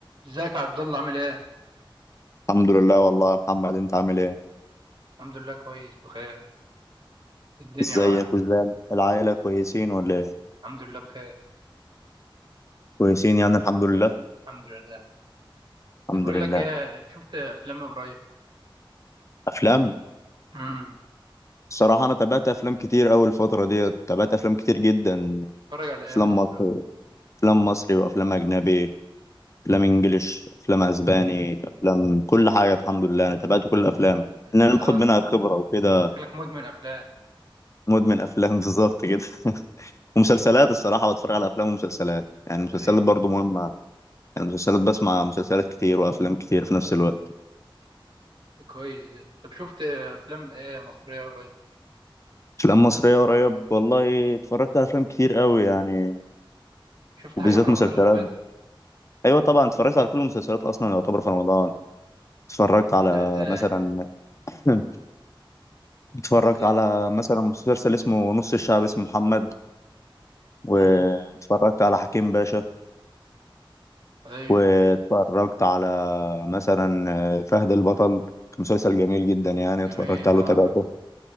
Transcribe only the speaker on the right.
ازيك يا عبد الله عامل ايه؟
الحمد لله كويس بخير الدنيا
معاك
الحمد لله بخير
الحمد لله
بقول
لك ايه شفت افلام إيه قريب
امم
بتتفرج على
ايه مصر
امم
انت
آه،
شكلك مدمن افلام
ايوه
كويس ده. طب شفت افلام ايه مصريه قريب
شفت
حاجه في رمضان
اللي فات
مسلسلات زي ايه
زي-
امم
ايوه
جميل
اه
عارف